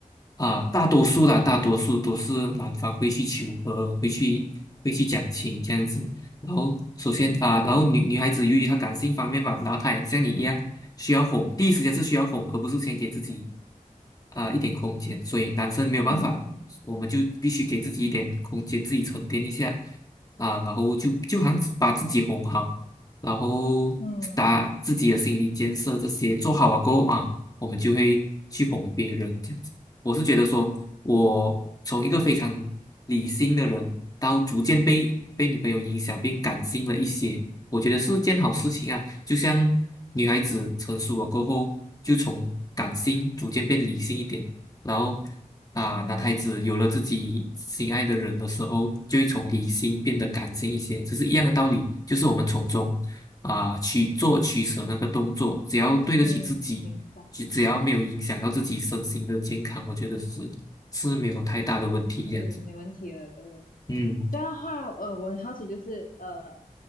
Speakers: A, on the left (about 25°); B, on the left (about 85°).
A: 啊、大多数啦，大多数都是男方会去求和，会去会去讲情这样子。然后首先啊、
B: 嗯
A: 然后女女孩子由于她感性方面嘛，然后她也像你一样。需要哄，第一时间是需要哄，而不是先给自己啊、一点空间。所以男生没有办法，
B: 嗯
A: 我们就必须给自己一点空间，自己沉淀一下啊、然后就就好像把自己哄好，然后打自己的心理建设这些做好了过后啊，
B: 嗯
A: 我们就会去哄别人这样子。我是觉得说，我从一个非常理性的人，到逐渐被被女朋友影响，变感性了一些。我觉得是件好事情啊。就像女孩子成熟了过后，就从感性逐渐变理性一点，然后啊，
B: 嗯
A: 男孩子有了自己心爱的人的时候，就会从理性变得感性一些，这是一样的道理。就是我们从中啊去做取舍那个动作，只要对得起自己，
B: 嗯，我明白，
A: 只只要没有影响到自己身心的健康，我觉得是是没有太大的问题这样子。
B: 是没问题的，对。
A: 嗯。
B: 这样的话，呃，我很好奇，就是呃，